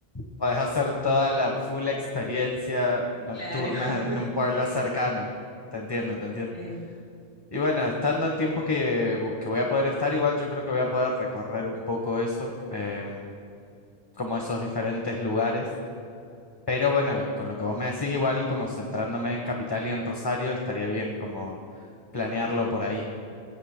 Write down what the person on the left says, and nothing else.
podés hacer toda la full experiencia nocturna
en un pueblo cercano. Te entiendo, te entiendo.
Y bueno, estando el tiempo que, vo- que voy a poder estar, igual yo creo que voy a poder recorrer un poco eso, em, como esos diferentes lugares. Pero bueno, con lo que vos me decís, igual como centrándome en Capital y en Rosario, estaría bien como planearlo por ahí.